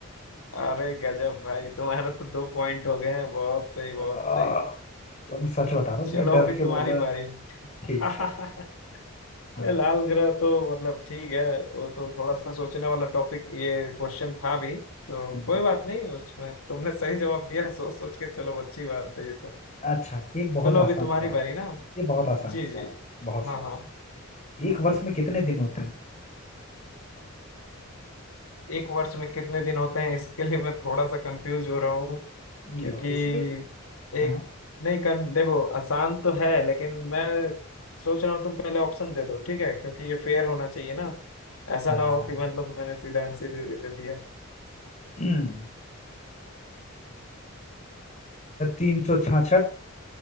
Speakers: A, on the left (about 80°); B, on the left (about 35°).
A: अरे गजब भाई तुम्हारा तो दो पॉइंट हो गए हैं बहुत सही बहुत
B: आ,
A: सही
B: तो मैं सच बता रहा हूँ
A: चलो
B: मैंने डर
A: अभी
B: के
A: तुम्हारी
B: बोला
A: बारी <laughs>
B: ठीक है हाँ
A: ये लाल ग्रह तो मतलब ठीक है वो तो थोड़ा सा सोचने वाला टॉपिक ये क्वेश्चन था भी तो
B: हम्म।
A: कोई बात नहीं उसमें तुमने सही जवाब दिया सोच सोच के चलो अच्छी बात है ये तो
B: अच्छा एक बहुत
A: चलो
B: आसान
A: अभी तुम्हारी
B: सवाल
A: बारी
B: है।
A: ना
B: ये बहुत आसान
A: जी
B: सवाल
A: जी
B: है, बहुत
A: हाँ
B: सवाल
A: हाँ
B: एक वर्ष में कितने दिन होते हैं
A: एक वर्ष में कितने दिन होते हैं इसके लिए मैं थोड़ा सा कंफ्यूज हो रहा हूँ
B: लो
A: क्योंकि
B: इसमें भी
A: एक
B: हाँ
A: नहीं कन देखो आसान तो है लेकिन मैं सोच रहा हूँ तुम पहले ऑप्शन दे दो ठीक है क्योंकि ये फेयर होना चाहिए ना ऐसा
B: हाँ
A: ना हो कि मतलब मैंने सीधा आंसर दे दिया
B: <clears throat> तीन सौ छाछठ